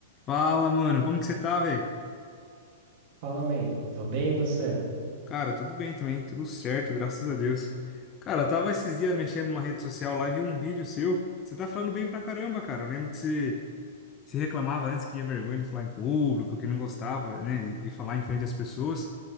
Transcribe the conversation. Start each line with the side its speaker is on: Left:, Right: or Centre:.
Left: Fala, mano, como que você tá, velho?
Right: Fala, mãe. Tô bem, e você?
Left: Cara, tudo bem também, tudo certo, graças a Deus. Cara, eu tava esses dias mexendo numa rede social lá e vi um vídeo seu. Você tá falando bem pra caramba, cara. Eu lembro que você se reclamava antes que tinha vergonha de falar em público, que não gostava, né, de, de falar em frente às pessoas.